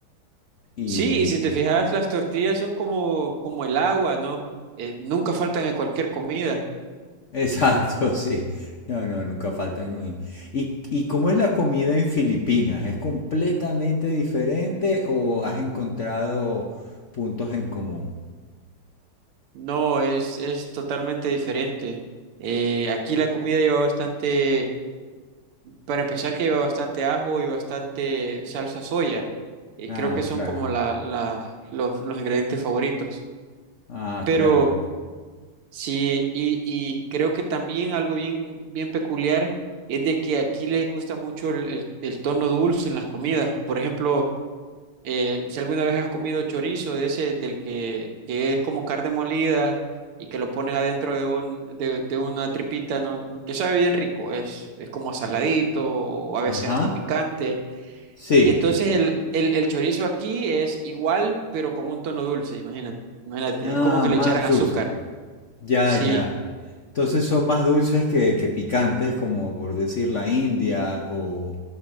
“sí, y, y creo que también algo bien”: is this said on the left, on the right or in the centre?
Right